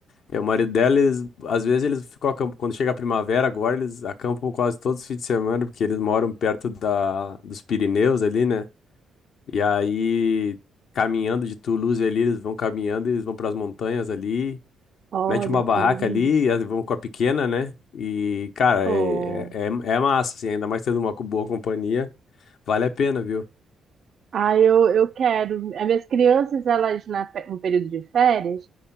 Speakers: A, on the left; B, on the right.
A: eh, o marido dela, eles, às vezes eles ficam acampando. Quando chega a primavera, agora eles acampam quase todos os fins de semana, porque eles moram perto da, dos Pirineus ali, né? E aí, caminhando de Toulouse ali, eles vão caminhando, eles vão pras montanhas ali.
B: Olha
A: Mete uma
B: que
A: barraca
B: lindo.
A: ali, as- vão com a pequena, né? E, cara,
B: Oh.
A: é, é, é é massa, assim, ainda mais tendo uma co- boa companhia. Vale a pena, viu?
B: Ah, eu, eu quero. As minhas crianças, elas na, fe- no período de férias.